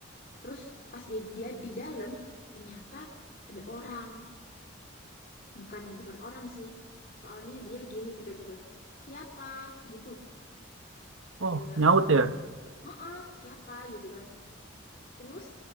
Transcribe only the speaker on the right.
Oh, nyaut ya.